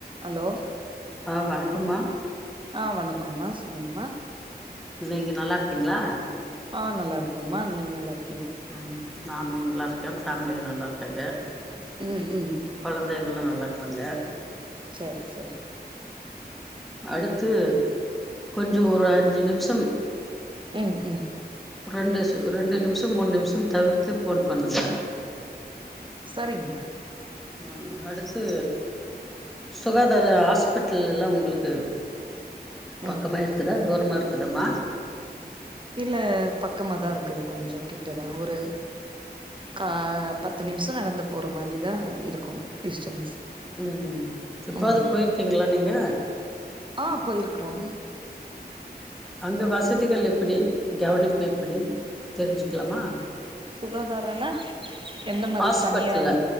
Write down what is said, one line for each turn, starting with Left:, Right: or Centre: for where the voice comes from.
Right: Hello
Centre: ஆ வணக்கம்மா
Right: ஆ வணக்கம்மா சொல்லுங்மா
Centre: நீங்க நல்லா இருக்கீங்களா?
Right: ஆ நல்லா இருக்கிறம்மா நீங்க நல்லா இருக்
Centre: ம் நா நல் லா இருக்கே ஃபேமிலியு நல்லா இருக்காங்க.
Right: ம் ம்
Centre: கொழந்தைகளு நல்லா இருக்கறாங்க
Right: செரி செரி
Centre: அடுத்து கொஞ்சோ ஒரு அஞ்சு நிமிஷம்
Right: ம் ம்
Centre: ரெண்டு சொ ரெண்டு நிமிஷ ம் மூணு நிமிஷம் தவிர்த்து போன் பண்ணுங்க
Right: சரிங்ம்மா
Centre: ஆ அடுத்து சுகாதார ஹாஸ்பிட்டல் எல்லா உங்களுக்கு பக்கமா
Right: ம்
Centre: இருக்குதா தூரமா இரு க்குதாம்மா
Right: இல்ல பக்கமாதா இருக்குது கொஞ்சோ கிட்டதா ஒரு கா பத்து நிமிஷோ நடந்து போற மாரிதா இருக்கு டிஸ்டன்ஸ்
Centre: ம் எப்பாது
Right: ம்
Centre: போயிருக்கீங்களா நீங்க?
Right: ஆ போயிருக்குறோ
Centre: அங்க வசதிகள் எப்பிடி கவனிப்பு எப்பிடி தெரிஞ்சுக்கலாமா?
Right: சுகாதாரனா எந்த மாரி
Centre: ஹாஸ்பிட்டல்ல
Right: தனியாரு